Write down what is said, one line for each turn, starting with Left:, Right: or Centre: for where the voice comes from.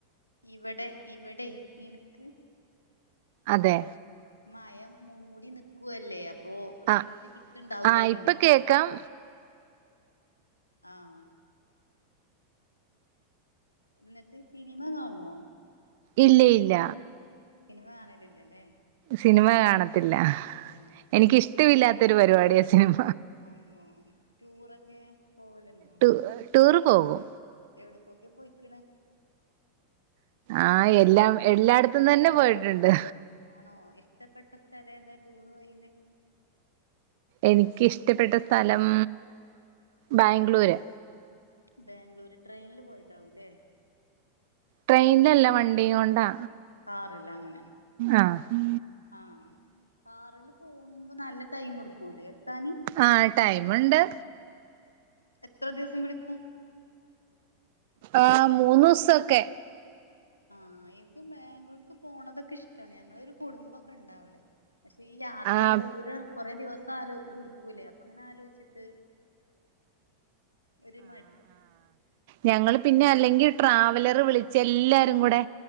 Left: ഇവടെ ഇവടെ ഇൻക്ക്.
Right: അതെ.
Left: മഴ മൂടി നിക്കു വല്ലേ അ പ്പൊ റൈഞ്ച്
Right: ആഹ്
Left: കിട്ട്ണ്ടാവൂല
Right: ആഹ്
Left: അങ്ങിനി.
Right: ഇപ്പൊ കേക്കാം
Left: ആഹ്. എന്നിട്ട് സിനിമ കാണോ?
Right: ഇല്ല്യ ഇല്ല.
Left: സിനിമ കാണലില്ലല്ലേ.
Right: സിനിമ കാണത്തില്ല.
Left: ആഹ്.
Right: എനിക്ക് ഇഷ്ട്ടവില്ലാത്ത ഒരു പരിവാടിയാ സിനിമ.
Left: ആണോ ടൂറൊക്കെ പോവലുണ്ടോ?
Right: ട്ടു ട്ടുറ് പോവും.
Left: എവിട്ക്കൊക്കെ പൊയിക്ക്ണ്.
Right: ആഹ് എല്ലാം എല്ലാട്ത്ത്ന്നന്നെ പോയിട്ട്ണ്ട്.
Left: ആണോ ഇഷ്ട്ടപ്പെട്ട സ്ഥലേതാ ട്ടൂറ് പോയില്.
Right: എനിക്കിഷ്ട്ടപ്പെട്ട സ്ഥലം ബാംഗ്ലൂര്.
Left: ബാംഗ്ലൂര് ട്രെയിനിൽ പോയതാവൂല്ലേ.
Right: ട്രെയിൻലല്ല വണ്ടിയു കൊണ്ടാ.
Left: കാറിലെ അങ്ങനെ.
Right: ആഹ്
Left: ആഹ് കാറിലപോവുമ്പോ നല്ല ടൈം എടുക്കൂലേ എത്താന്.
Right: ആഹ് ടൈമ്ണ്ട്.
Left: എത്ര ദിവസം പിടിക്കും.
Right: ആഹ് മൂന്നുസൊക്കെ.
Left: ആഹ് ഇൻക്ക് ബാംഗ്ലൂർക്ക് പോണതൊക്കെ ഇഷ്ട്ടാണ് ഞങ്ങളൊരു കുടുംമ്പൊക്കെ ഉണ്ട് അവ്ടെ. പക്ഷെ ഈ യാത്ര
Right: ആഹ്
Left: ദൂരം കൊറെ ദിവസം ആലോടുക്കൂല്ലേ അപ്പൊ അങ്ങനെ ആലോചിച്ചിട്ട് ഒരുരിമായിട്ട് <unintelligible>
Right: ഞങ്ങൾ പിന്നെ അല്ലെങ്കിൽ ട്രാവലറ് വിളിച്ച എല്ലാരും കൂടെ